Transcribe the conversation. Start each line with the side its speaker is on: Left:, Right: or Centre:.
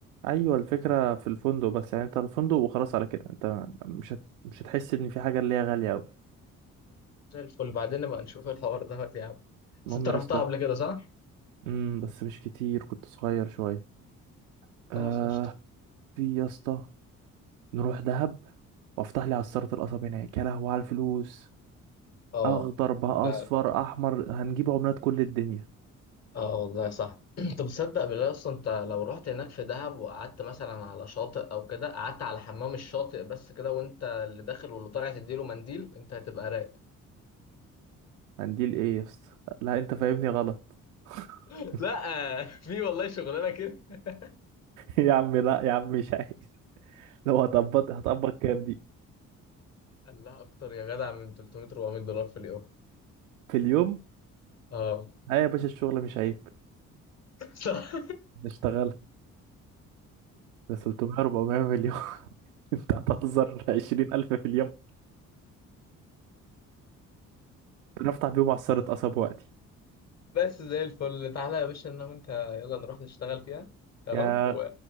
Right: ايوه الفكره في الفندق بس يعني انت الفندق وخلاص على كده انت مش هت... مش هتحس ان في حاجه اللي هي غاليه قوي
Left: زي الفل بعدين نبقى نشوف الحوار ده يا عم
Right: المهم
Left: بس انت رحتها
Right: يا اسطى
Left: قبل كده صح
Right: امم بس مش كتير كنت صغير شويه آه
Left: خلاص قشطه
Right: في يا اسطى نروح دهب وافتح لي عصارة القصب هناك يا لهوي على الفلوس
Left: اه
Right: اخضر بقى
Left: ده
Right: اصفر احمر هنجيب عملات كل الدنيا
Left: اه والله صح <clears throat> طب تصدق بالله اصلا انت لو رحت هناك في دهب وقعدت مثلا على شاطئ او كده قعدت على حمام الشاطئ بس كده وانت اللي داخل واللي طالع تديله منديل انت هتبقى رايق
Right: هنديل ايه يا اسطى لا انت فاهمني غلط <laughs>
Left: <laughs> لا في والله شغلانه كده <laughs>
Right: يا عم لا يا عم مش عايز لو هطبط هطبط كام دي
Left: الله اكتر يا جدع من 300 400 دولار في اليوم
Right: في اليوم
Left: اه
Right: لا يا باشا الشغل مش عيب
Left: <laughs> صح
Right: نشتغل ده 300 400 مليون <laughs> انت هتهزر عشرين ألف في اليوم نفتح بيهم عصارة قصب وقتي
Left: بس زي الفل تعالى يا باشا انا وانت يلا نروح نشتغل فيها تمام
Right: يا
Left: و...